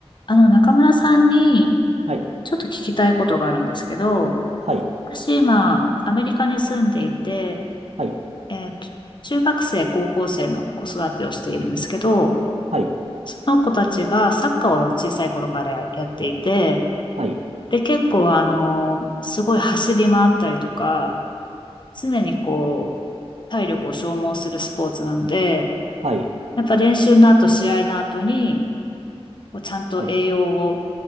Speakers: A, on the left; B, on the right.
A: あの、中村さんに、
B: はい、
A: ちょっと聞きたいことがあるんですけど、
B: はい、
A: 私今、アメリカに住んでいて、
B: はい、
A: えっと、中学生、高校生の子育てをしているんですけど、
B: はい、
A: その子たちがサッカーを小さい頃からやっていて、
B: はい、
A: で、結構あの、すごい走り回ったりとか、常にこう、体力を消耗するスポーツなので、
B: はい、
A: やっぱ練習の後、試合の後に、こうちゃんと栄養を
B: はい、